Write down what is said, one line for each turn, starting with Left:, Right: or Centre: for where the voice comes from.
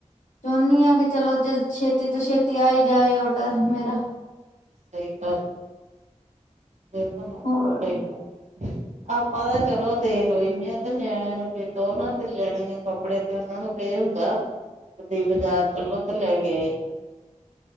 Left: ਚਾਹੁੰਦੀ ਹਾਂ ਕਿ ਚਲੋ ਜਲਦੀ ਛੇ ਛੇਤੀ ਤੋਂ ਛੇਤੀ ਆਈ ਜਾਏ ਔਡਰ ਮੇਰਾ
Right: ਸਈ ਗੱਲ ਆ, ਇਹ ਤੇ ਹੈ,
Left: ਹੋਰ
Right: ਸਹੀ ਗੱਲ ਆਪਾਂ ਤਾਂ ਚਲੋ ਦੇਖ ਲੈਂਦੇ ਆ, ਤੇ ਨਿਆਣਿਆਂ ਨੂੰ ਕਹੋ ਨਾ ਤੇ ਨਿਆਣਿਆਂ ਨੂੰ ਕੱਪੜੇ ਉਹਨਾਂ ਨੂੰ ਤੇ ਇਹ ਹੁੰਦਾ ਤੇ ਤੁਸੀ ਬਾਜ਼ਾਰ ਚਲੋ ਤੇ ਲੈ ਕੇ ਆਈਏ